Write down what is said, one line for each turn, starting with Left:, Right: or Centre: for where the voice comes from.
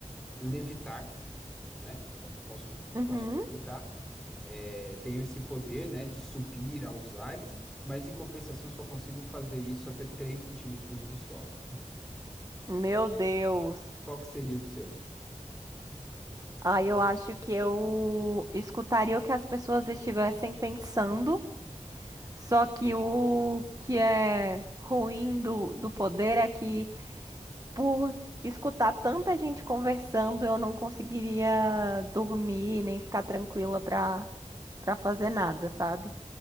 Centre: levitar né? po- Posso,
Right: uhum.
Centre: posso levitar. é, tenho esse poder, né, de subir aos ares, mas em compensação só consigo fazer isso até 3 centímetros do solo.
Right: Meu Deus.
Centre: Qual que seria o seu?
Right: Ah, eu acho que eu escutaria o que as pessoas estivessem pensando, só que o que é ruim do, do poder é que, por escutar tanta gente conversando, eu não conseguiria dormir nem ficar tranquila pra, pra fazer nada, sabe?